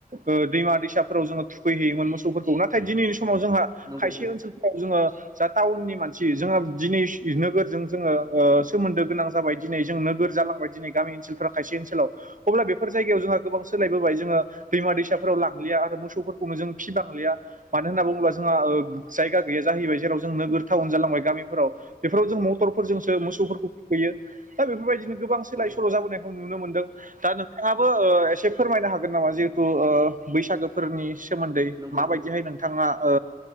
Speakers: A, on the right (about 60°); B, on the right (about 25°).
A: ओ दैमा दैसाफोराव जोङो थुखैहैयोमोन मोसौफोरखौ नाथाय दिनैनि समाव जोंहा
B: नंगौ
A: खायसे ओनसोल जोंङो जा टाउननि मानसि जो़ङो दिनै स्टि नोगोरजों जोंङो ओ सोमोन्दो गोनां जाबाय। दिनै जों नोगोर जालांबाय दिन गामि ओनोलफाव खायसे ओनसोलाव अब्ला बे जायगायाव जोंहा गोबां सोलायबोबाय जोंङो। दैमा दैसाफोराव लांलिया आरो मोसौफोरखौनो जों फिसिनो हालिया मानो होनना बुङोब्ला जोंहा ओ जायगा गैया जाहैबाय जेराव जों नोगोर टाउन जालांबाय गामिफोराव बेफोराव जों मटरफोरजोंसो मोसौफोर थुखैयो दा बेफोरबायदिनो गोबां
B: नंगौ
A: सोलाय सोल' जाबोनायखौ नुनो मोनदों दा नोंथाङाबो ओ एसे। फोरमायनो हागोन नामा जिहेथु ओ बैसागोफोरनि सोमोन्दै
B: नंगौ
A: माबायदिहाय नोंथाङा ओ